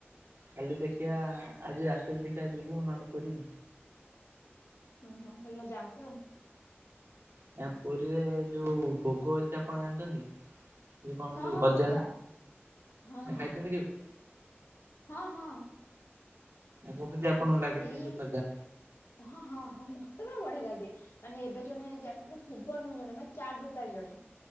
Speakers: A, on the right; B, on the left.
A: କାଲି ଦେଖିବା ଆଜି ରାତିରେ ଦେଖିବା ଯିବୁ ନହନେ ପୁରୀ।
B: ଓଁ ହଁ ଭଲ ଯାଆନ୍ତୁ ଆଉ।
A: ଆଜ୍ଞା ପୁରୀରେ ଯୋଉ ଭୋଗ ଅଛି ଆପଣ ଜାଣିଛନ୍ତି? ଯ କଣ
B: ହଁ
A: ଯଉ
B: ହଁ
A: ଗଜା
B: ଖଜା ହଁ ହଁ
A: ଖାଇଛନ୍ତି କେବେ?
B: ହଁ ହଁ।
A: ଆ କମିତି ଆପଣଙ୍କୁ ଲାଗେ
B: ଏଇ
A: ସେ ଯୋଉ ଖଜା।
B: ହଁ ହଁ ହ ମତେତ ବଢିଆ ଲାଗେ। ମାନେ ଏବେ ଜଣେ ଯାନେ ଭୁବନ ରୁ ଜଣେ ମାନେ ଚାଟ ବେପାରୀ ଜଣେ